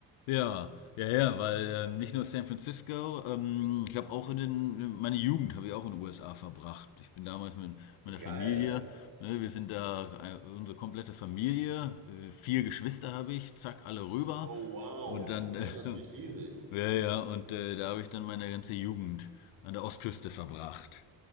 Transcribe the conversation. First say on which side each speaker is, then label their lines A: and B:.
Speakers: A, on the left; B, on the right.
A: Ja, ja, ja, weil ähm, nicht nur San Francisco, ähm, ich habe auch in den, meine Jugend habe ich auch in den USA verbracht. Ich bin damals mit meiner
B: Geil.
A: Familie, ne, wir sind da, äh, unsere komplette Familie, äh, vier Geschwister habe ich, zack, alle rüber.
B: Oh, wow.
A: Und dann,
B: Das
A: äh, <laughs>
B: ist natürlich riesig.
A: ja, ja, und äh, da habe ich dann meine ganze Jugend an der Ostküste verbracht.